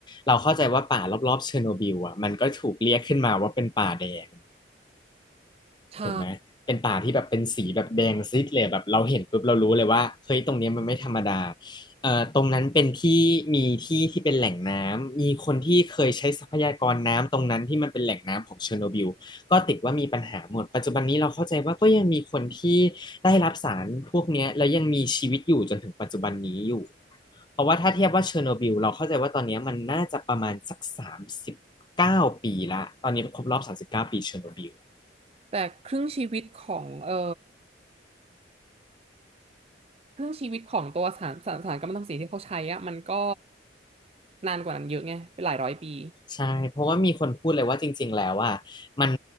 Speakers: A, on the left (about 25°); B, on the right (about 30°).
A: เราเข้าใจว่าป่ารอบๆเชอร์โนบิลอะมันก็ถูกเรียกขึ้นมาว่าเป็นป่าแดง
B: ใช่
A: ถูกไหมเป็นป่าที่แบบเป็นสีแบบแดงซีดเลยแบบเราเห็นปุ๊บเรารู้เลยว่าเฮ้ยตรงเนี้ยมันไม่ธรรมดาเอ่อตรงนั้นเป็นที่มีที่ที่เป็นแหล่งน้ำมีคนที่เคยใช้ทรัพยากรน้ำตรงนั้นที่มันเป็นแหล่งน้ำของเชอร์โนบิลก็ติดว่ามีปัญหาหมดปัจจุบันนี้เราเข้าใจว่าก็ยังมีคนที่ได้รับสารพวกเนี้ยแล้วยังมีชีวิตอยู่จนถึงปัจจุบันนี้อยู่เพราะว่าถ้าเทียบว่าเชอร์โนบิลเราเข้าใจว่าตอนเนี้ยมันน่าจะประมาณสักสามสิบเก้าปีละตอนนี้ครบรอบสามสิบเก้าปีเชอร์โนบิล
B: แต่ครึ่งชีวิตของเอ่อครึ่งชีวิตของตัวสารสารสารกัมมันตรังสีที่เขาใช้อะมันก็นานกว่านั้นเยอะไงเป็นหลายร้อยปี
A: ใช่ เพราะว่ามีคนพูดเลยว่าจริงๆ แล้วอ่ะมัน